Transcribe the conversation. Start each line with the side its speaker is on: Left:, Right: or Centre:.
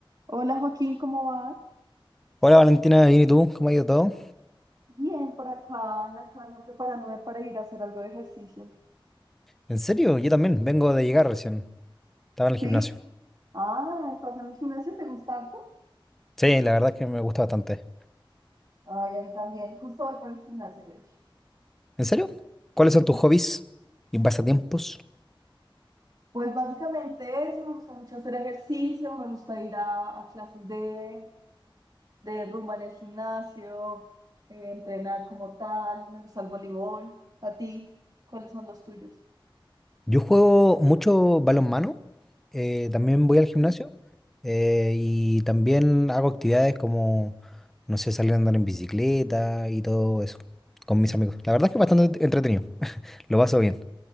Right: Hola Joaquín, ¿cómo vas?
Centre: Hola Valentina, bien y tú, ¿cómo ha ido todo?
Right: Bien, por acá en la casa preparándome para ir a hacer algo de ejercicio.
Centre: ¿En serio? Yo también, vengo de llegar recién. Estaba en el
Right: ¿Sí?
Centre: gimnasio.
Right: Ah, ¿estás en el gimnasio? ¿Te gusta harto?
Centre: Sí, la verdad es que me gusta bastante.
Right: Ay, a mí también. Justo voy para el gimnasio, de hecho.
Centre: ¿En serio? ¿Cuáles son tus
Right: Sí.
Centre: hobbies y pasatiempos?
Right: Pues básicamente eso, me gusta mucho hacer ejercicio, me gusta ir a, a clases de, de rumba en el gimnasio, eh, entrenar como tal, me gusta el voleibol. ¿A ti? ¿Cuáles son los tuyos?
Centre: Yo juego mucho balonmano, eh, también voy al gimnasio eh, y también hago actividades como, no sé, salir a andar en bicicleta y todo eso con mis amigos. La verdad es que es bastante entretenido, lo paso bien.